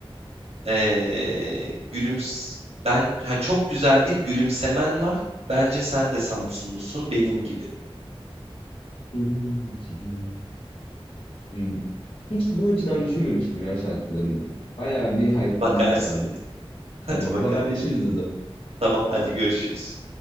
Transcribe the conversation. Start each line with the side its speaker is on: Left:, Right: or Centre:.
Right: eee gülüms ben ha, çok güzel bir gülümsemen var. Bence sen de Samsunlusun benim gibi.
Left: Benim gibi. Hmm. Hiç bu açıdan düşünmemiştim ya şarkılarını. Bayağı bir
Right: <laughs>
Left: hype'landım
Right: Bakarsın
Left: şu anda.
Right: bir. Hadi
Left: Tamam
Right: bakalım.
Left: haberleşiriz o zaman.
Right: Tamam hadi görüşürüz.